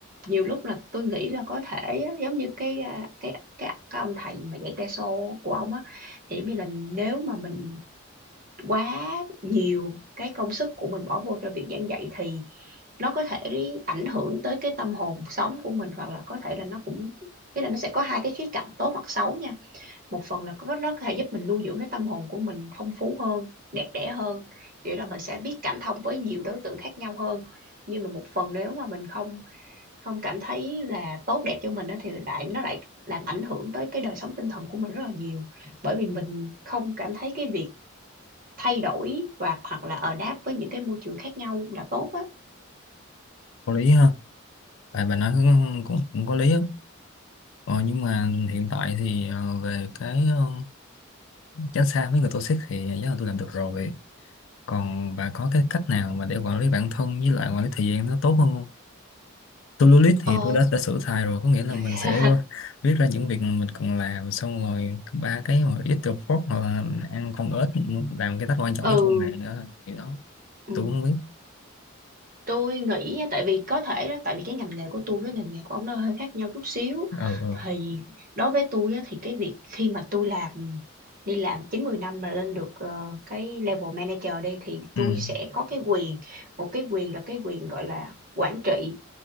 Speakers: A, on the right (about 40°); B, on the left (about 70°).
A: nhiều lúc là tôi nghĩ là có thể á, giống như cái à, cái cái, cái ông thầy mà dạy teso của ông á thì giống như là nếu mà mình quá nhiều cái công sức của mình bỏ vô cho việc giảng dạy thì nó có thể ảnh hưởng tới cái tâm hồn sống của mình hoặc là có thể là nó cũng Thế là nó sẽ có hai cái khía cạnh tốt hoặc xấu nha. Một phần là có nó có thể giúp mình nuôi dưỡng cái tâm hồn của mình phong phú hơn, đẹp đẽ hơn, nghĩa là mình sẽ biết cảm thông với nhiều đối tượng khác nhau hơn. Nhưng mà một phần nếu mà mình không không cảm thấy là tốt đẹp cho mình á, thì lại nó lại làm ảnh hưởng tới cái đời sống tinh thần của mình rất là nhiều. Bởi vì mình không cảm thấy cái việc thay đổi và hoặc là ở đáp với những cái môi trường khác nhau là tốt á.
B: có lý ha tại bà nói cũng cũng, cũng có lý á ờ, nhưng mà hiện tại thì ờ, về cái ờ, tránh xa mấy người toxic thì chắc là tôi làm được rồi còn bà có cái cách nào mà để quản lý bản thân với lại quản lý thời gian nó tốt hơn không to-do list thì
A: Ờ,
B: tôi đã đã sửa xài rồi có nghĩa là mình
A: <laughs>
B: sẽ viết ra những việc mình cần làm xong rồi ba cái mà ít the fork hoặc là ăn con ếch làm cái task quan trọng
A: ừ,
B: nhất trong ngày nữa thì đó
A: ừ
B: tôi cũng biết
A: tôi nghĩ nha, tại vì có thể đó tại vì cái ngành nghề của tôi với ngành nghề của ông nó hơi khác nhau chút xíu
B: ừ
A: thì đối với tôi á, thì cái việc khi mà tôi làm đi làm chín mười năm mà lên được ờ, cái level manager đi thì
B: ừ
A: tôi
B: ừ
A: sẽ có cái quyền một cái quyền là cái quyền gọi là quản trị